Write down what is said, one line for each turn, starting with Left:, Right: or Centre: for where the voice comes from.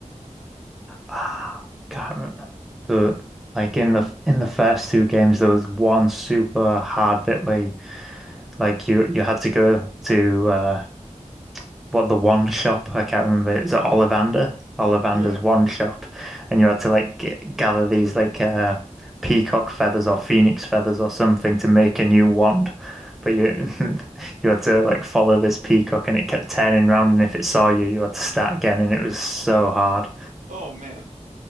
Centre: Ah, can't remember. The like in
Right: Mm.
Centre: the in the first two games, there was one super hard bit where you- like you you had to go to uh what the one shop I can't remember it's at Ollivander Ollivander's
Right: Yeah.
Centre: one shop and you had to like g gather these like uh peacock feathers or phoenix feathers or something to make a new wand but you <laughs> you had to like follow this peacock and it kept turning round and if it saw you you had to start again and it was so hard
Right: Oh man.